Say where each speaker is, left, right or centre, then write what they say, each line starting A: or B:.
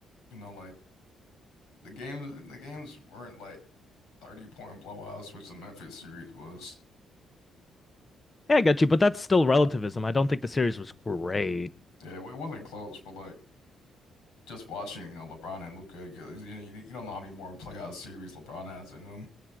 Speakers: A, on the left (about 85°); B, on the left (about 25°).
A: you know, like the games, the games weren't like 30 point blowouts, which the Memphis series was.
B: Yeah, I got you, but that's still relativism. I don't think the series was great.
A: Yeah, it wasn't close, but like just watching, you know, LeBron and Luka, because you know, you you don't know how many more playoff series LeBron has in him.